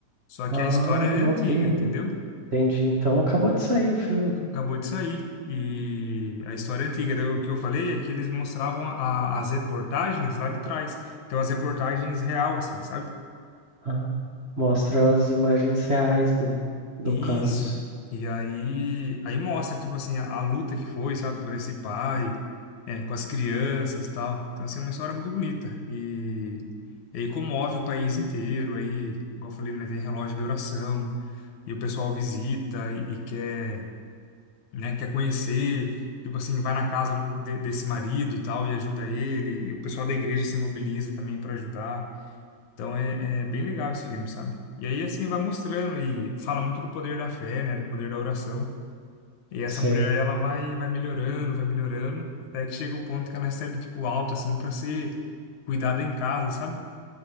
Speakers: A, on the left (about 75°); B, on the right (about 60°).
A: só que
B: Ah,
A: a história é
B: novinho.
A: antiga, entendeu?
B: Entendi. Então acabou de sair o filme.
A: Acabou de sair. E a história é antiga, Daí o que eu falei é que eles mostravam a- as reportagens lá de trás. Então, as reportagens real, assim, sabe?
B: Ah, mostra as imagens reais do, do
A: Isso.
B: caso.
A: E aí, aí mostra, tipo assim, a, a luta que foi, sabe? Por esse pai, é, com as crianças tal. Então, assim, é uma história muito bonita. E, e aí comove o país inteiro. Aí, igual eu falei, né? Tem relógio de oração. e o pessoal visita e, e quer, né, quer conhecer, tipo assim, vai na casa do, de- desse marido tal e ajuda ele, e o pessoal da igreja se mobiliza também para ajudar. Então é, é bem legal esse filme, sabe? E aí assim vai mostrando e fala muito do poder da fé, né, do poder da oração. E essa
B: Sei.
A: mulher ela vai vai melhorando, vai melhorando, até que chega o ponto que ela recebe tipo alta assim para ser cuidada em casa, sabe?